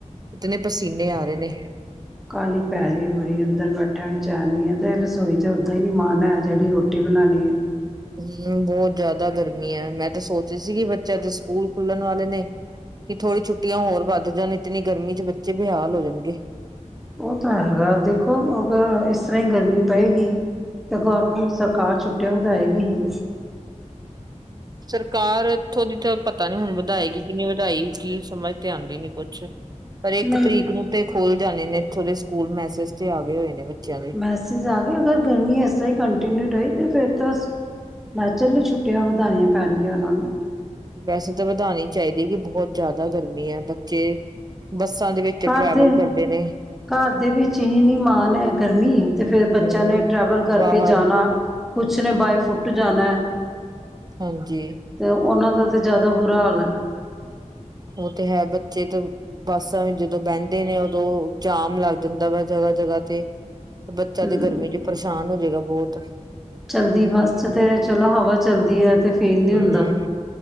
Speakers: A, on the right; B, in the centre.
A: ਇਤਨੇ ਪਸੀਨੇ ਆ ਰਹੇ ਨੇ।
B: ਕਾਹਲੀ ਪੈ ਰਹੀ ਬੜੀ ਅੰਦਰ ਬੈਠਿਆਂ ਵੀ ਚੈਨ ਨਹੀਂ ਏ ਤੇ ਰਸੋਈ ਤੇ ਉਹਦਾ ਹੀ ਨਹੀਂ ਮਾਣ ਹੈ ਜਿਹੜੀ ਰੋਟੀ ਰੋਟੀ ਬਣਾਉਣੀ ਏ।
A: ਹ ਮ ਬਹੁਤ ਜ਼ਿਆਦਾ ਗਰਮੀ ਹੈ, ਮੈਂ ਤਾਂ ਸੋਚ ਰਹੀ ਸੀ ਬੱਚਿਆਂ ਦੇ ਸਕੂਲ ਖੁੱਲਣ ਵਾਲੇ ਨੇ। ਕਿ ਥੋੜ੍ਹੀ ਛੁੱਟੀਆਂ ਹੋਰ ਵੱਧ ਜਾਣ, ਇਤਨੀ ਗਰਮੀ 'ਚ ਬੱਚੇ ਬੇਹਾਲ ਹੋ ਜਾਣਗੇ।
B: ਉਹ ਤੇ ਹੈਗਾ ਦੇਖੋ ਅਗਰ ਇਸ ਤਰ੍ਹਾਂ ਹੀ ਗਰਮੀ ਪਏਗੀ। ਤੇ ਗੌਰਮਿੰਟ ਸਰਕਾਰ ਛੁੱਟੀਆ ਵਧਾਏਗੀ ਹੀ।
A: ਸਰਕਾਰ ਇੱਥੋਂ ਦੀ ਤੇ ਪਤਾ ਨਹੀਂ ਹੁਣ ਵਧਾਏਗੀ ਕਿ ਨਹੀਂ ਵਧਾਏਗੀ ਕਿ ਸਮਝ ਤੇ ਆਉਂਦੀ ਨਹੀਂ ਕੁਛ। ਪਰ ਇੱਕ
B: ਨਹੀਂ
A: ਤਰੀਕ ਨੂੰ ਤੇ ਖੋਲ ਜਾਣੇ ਨੇ ਇੱਥੋਂ ਦੇ ਸਕੂਲ ਮੈਂਸਜ ਤੇ ਆ ਗਏ ਹੋਏ ਨੇ ਬੱਚਿਆਂ ਨੂੰ।
B: ਮੈਸਜ ਆ ਗਿਆ ਅਗਰ ਗਰਮੀ ਇਸ ਤਰਾਂ ਹੀ ਕੰਟੀਿਨਿਊ ਰਹੀ ਤੇ ਫਿਰ ਤਾਂ ਨੈਚੂਰਲੀ ਛੁੱ ਛੁੱਟੀਆਂ ਵਧਾਉਣੀਆਂ ਪੈਣਗੀਆਂ ਉਹਨਾਂ ਨੂੰ।
A: ਵੈਸੇ ਤਾਂ ਵਧਾਉਣੀ ਚਾਹੀਦੀ ਕਿ ਬਹੁਤ ਜ਼ਿਆਦਾ ਗਰਮੀ ਹੈ, ਬੱਚੇ ਬੱਸਾਂ ਦੇ ਵਿੱਚ ਜੇ
B: ਘਰ
A: ਟਰੈਵਲ
B: ਦੇ
A: ਕਰਦੇ ਨੇ।
B: ਘਰ ਦੇ ਵਿੱਚ ਹੀ ਨੀ ਮਾਣ ਹੈ ਗਰਮੀ, ਤੇ ਫਿਰ ਬੱਚਿਆਂ
A: ਹੂੰ
B: ਨੇ ਟਰੈਵਲ ਕਰਕੇ
A: ਬਾਹਰ
B: ਜਾਣਾ। ਕੁਛ ਨੇ ਬਾਏ ਫੁੱਟ ਜਾਣਾ।
A: ਹਾਂਜੀ।
B: ਤੇ ਔਨਾਂ ਦਾ ਤੇ ਜੈਦਾ ਬੁਰਾ ਹਾਲ ਹੈ।
A: ਓਹ ਤੇ ਹੈ, ਬੱਚੇ ਤ ਬੱਸਾਂ ਆਵੀਂ ਜਦੋਂ ਬੈੰਦੇ ਨੇ ਔਦੋਂ ਜਾਮ ਲੱਗ ਜਾਂਦਾ ਵਾ ਜਗ੍ਹਾ- ਜਗ੍ਹਾ ਤੇ। ਬੱਚਾ
B: ਹਮ
A: ਤੇ ਗਰਮੀ ਚ' ਪਰੇਸ਼ਾਨ ਹੋਜੇਗਾ ਬੌਤ।
B: ਚਲਦੀ ਬੱਸ ਚ' ਤੇ ਚਲੋ ਹਵਾ ਚਲਦੀ ਐ ਤੇ ਫੀਲ ਨੀ
A: ਹੂੰ
B: ਹੁੰਦਾ।